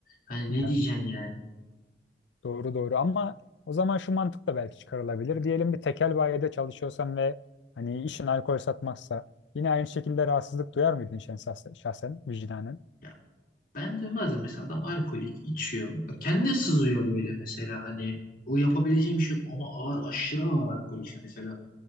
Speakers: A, on the left (about 50°); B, on the left (about 75°).
A: Hani ne
B: Yani
A: diyeceksin yani?
B: doğru doğru ama o zaman şu mantık da belki çıkarılabilir. Diyelim bir tekel bayide çalışıyorsan ve hani işin alkol satmaksa yine aynı şekilde rahatsızlık duyar mıydın şen- şahsen, şahsen vicdanen?
A: Ya ben duymazdım mesela adam alkolik, içiyor. Ya kendi sızıyor böyle mesela hani o yapabileceğim bir şey yok ama ağır aşırı ağır alkolik işte mesela